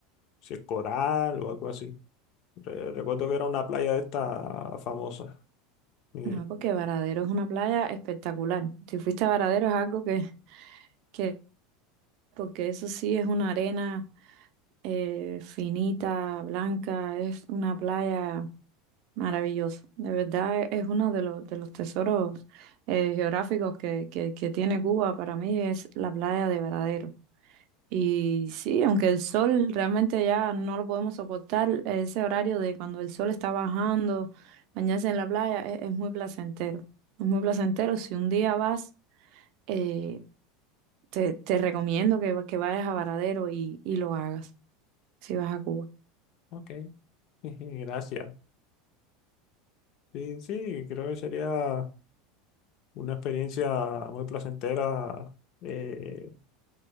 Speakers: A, on the left; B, on the right.
A: si es Coral o algo así. Re- recuerdo que era una playa de esta famosa. Y,
B: No, porque Varadero es una playa espectacular. Si fuiste a Varadero es algo que, que porque eso sí es una arena eh, finita, blanca, es una playa Maravilloso. De verdad e- es uno de los, de los tesoros eh, geográficos que, que, que tiene Cuba. Para mí es la playa de Varadero. Y sí, aunque el sol realmente ya no lo podemos soportar, ese horario de cuando el sol está bajando, bañarse en la playa es, es muy placentero. Es muy placentero. Si un día vas, eh, te, te recomiendo que, va- que vayas a Varadero y, y lo hagas, si vas a Cuba.
A: ok, <laughs> gracias. Sí, sí, creo que sería una experiencia muy placentera eh,